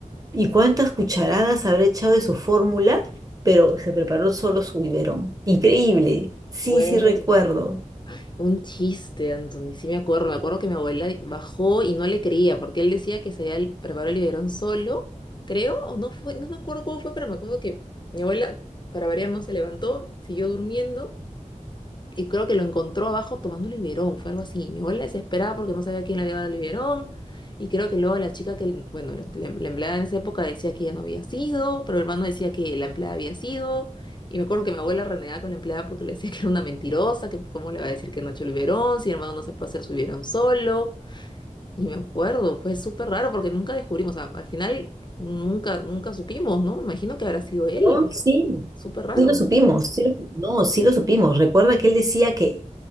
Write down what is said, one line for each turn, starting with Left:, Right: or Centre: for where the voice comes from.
Right: Y cuántas cucharadas habrá echado de su fórmula, pero se preparó solo su biberón. Increíble. Sí,
Left: Bueno.
Right: sí recuerdo.
Left: Un chiste, Anthony. Sí me acuerdo, me acuerdo que mi abuela bajó y no le creía, porque él decía que se había el- preparado el biberón solo, creo, o no fue, no me acuerdo cómo fue, pero me acuerdo que mi abuela, para variar, no se levantó, siguió durmiendo y creo que lo encontró abajo tomando Liberón, fue algo así. Mi abuela desesperada porque no sabía quién le había dado Liberón, y creo que luego la chica que, bueno, la, la- la empleada en esa época decía que ella no había sido, pero el hermano decía que la empleada había sido, y me acuerdo que mi abuela renegaba con la empleada porque le decía que era una mentirosa, que cómo le va a decir que no ha hecho Liberón, si el hermano no se puede hacer su Liberón solo, y me acuerdo, fue súper raro porque nunca descubrimos, o sea, al final nunca, nunca supimos, ¿no? Me imagino que habrá sido él,
Right: No,
Left: pero
Right: sí,
Left: súper raro.
Right: sí lo supimos, sí lo- no, sí lo supimos. Recuerda que él decía que,